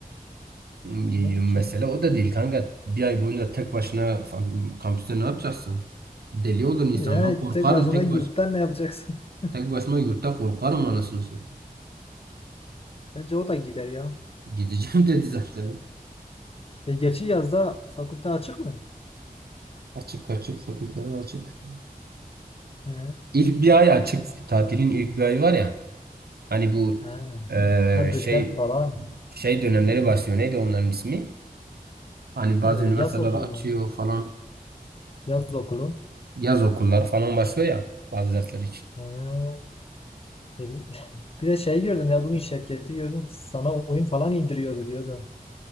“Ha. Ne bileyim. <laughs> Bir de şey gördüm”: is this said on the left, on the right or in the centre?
Left